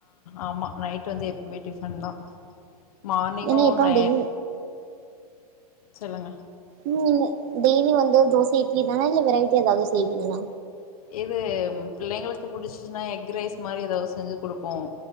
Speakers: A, on the left (about 65°); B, on the right (about 35°).
A: ஆமா நைட் வந்து எப்பவுமே டிஃபன் தா மார்னிங்கும்
B: ஏன்னா எப்பவு
A: நெ
B: டெய்லி
A: சொல்லுங்க
B: னிங்கல டெய்லி வந்து தோச இட்லி தானா இல்ல வெரைட்டிஆ ஏதாவது செய்வீங்களா
A: இது பிள்ளைங்களுக்கு புடிச்சுச்சுன்னா எக் ரைஸ் மாரி ஏதாவது செஞ்சு குடுப்போம்